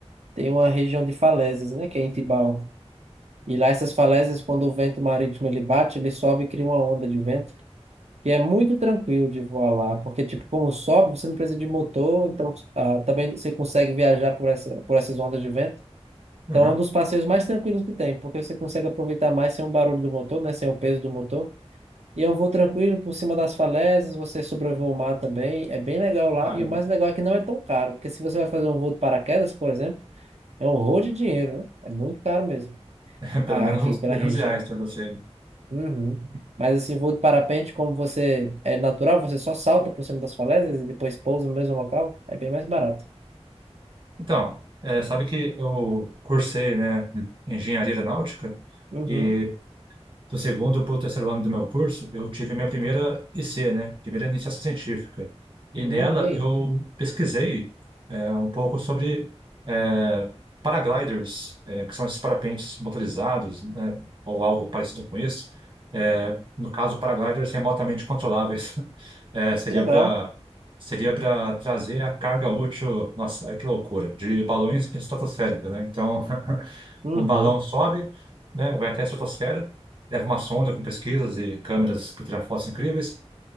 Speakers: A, on the right (about 75°); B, on the right (about 50°).
A: tem uma região de falésias, né? Que é em Tibau. E lá essas falésias, quando o vento marítimo ele bate, ele sobe e cria uma onda de vento. que é muito tranquilo de voar lá, porque tipo, como sobe, você não precisa de motor, então ah, também você consegue viajar por essa, por essas ondas de vento.
B: aham.
A: Então é um dos passeios mais tranquilos que tem, porque você consegue aproveitar mais sem o barulho do motor, né? Sem o peso do motor. E eu vou tranquilo por cima das falésias, você sobrevoa o mar também, é bem legal lá.
B: Caramba,
A: E o mais legal é que não é tão caro, porque se você vai fazer um voo de paraquedas, por exemplo, é um horror de dinheiro, né? É muito caro mesmo,
B: <laughs>
A: a-
B: pelo menos
A: aqui
B: uns
A: pela
B: trezentos
A: região.
B: reais para você.
A: Uhum. Mas assim, voo de parapente, como você é natural, você só salta por cima das falésias e depois pousa no mesmo local, é bem mais barato.
B: Então, é, sabe que eu cursei, né, engenharia aeronáutica
A: Uhum.
B: e do segundo para o terceiro ano do meu curso, eu tive minha primeira IC, né? Primeira iniciação científica. E
A: Hum,
B: nela
A: e aí?
B: eu pesquisei é, um pouco sobre é, paragliders, é, que são esses parapentes motorizados, né? Ou algo parecido com isso. É, no caso, paragliders remotamente controláveis. <laughs> É, seria
A: Que legal.
B: para seria para trazer a carga útil, nossa, ai, que loucura, de balões estratosféricos, né? Então, <laughs>
A: Uhum.
B: um balão sobe, né, vai até a estratosfera, leva uma sonda com pesquisas e câmeras que tiram fotos incríveis,